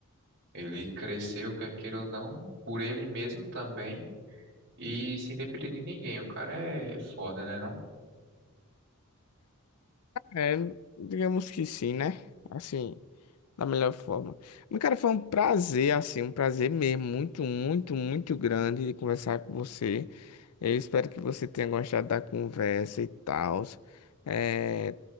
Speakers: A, on the right; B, on the left.
A: Ele cresceu, quer queira ou não, por ele mesmo também. E sem depender de ninguém. O cara é, é foda, né, não?
B: É, digamos que sim, né? Assim. da melhor forma. Mas, cara, foi um prazer, assim, um prazer mesmo, muito, muito, muito grande de conversar com você. Eu espero que você tenha gostado da conversa e tal. É,